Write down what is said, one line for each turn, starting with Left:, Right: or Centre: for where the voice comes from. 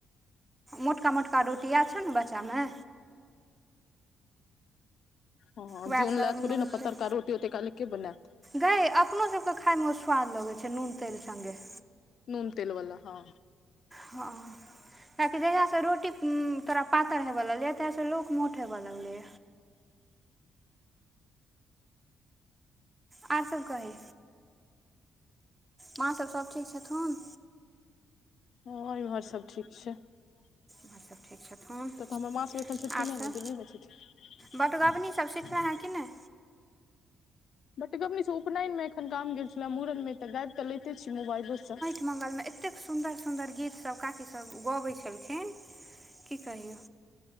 Right: म बुका रोटिया छौ ने बच्चामे
Left: हँ
Right: उएहसभ
Left: जन ल थोड़े
Right: नून
Left: न पतरका
Right: तेल
Left: रोटी ओते काल के बनैत
Right: गै अपनो सबके खाय में स्वाद लगै छै नून तेल सँगे
Left: नून तेल वाला हँ
Right: हँ कियैकि जहिया सँ रोटी तोरा पातर हेब लगले ते ल लोक मोट हवे लले आर सब कही माँसब सब ठीक छथुन
Left: ओर इमहर सब ठीक छय हं
Right: माँ सब ठीक छथुन
Left: तऽ तऽ हमर माँसब एखन छथिन
Right: आर सब
Left: ने ने दिल्लीमे छथिन
Right: बटगबनी सब सिखले हँ कि नहि
Left: बटमनी उपनयन में एखन काम गेल छलै मूड़न मे तऽ गाबि कऽ लैते छीिय मोबाइलोसँ
Right: मगंल मे एतेक सुन्दर सुन्दर गीत सब काकी सब गाबै छलखिन की कहियौ